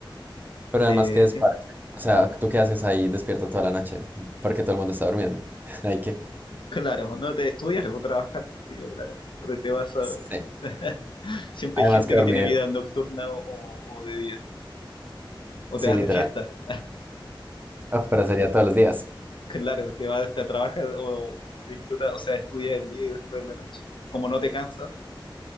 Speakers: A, on the right; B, on the left.
A: Pero
B: de
A: además que desparche.
B: tiempo.
A: O sea, ¿tú qué haces ahí despierto toda la noche? Porque todo el mundo está durmiendo. <laughs> Hay que.
B: Claro, no te estudias, o trabajar, qué sé yo, claro, o te, te vas a...
A: Sí.
B: <laughs> Siempre
A: Además
B: hay gente
A: que
B: que
A: dormir,
B: tiene vida nocturna o, o- o de día, o
A: sí,
B: te vas
A: literal.
B: de fiesta,
A: Ah, pero sería todos los días.
B: <laughs> claro, te vas te trabajas o, o disfrutas, o sea, estudias el día y después en la noche, como no te cansas,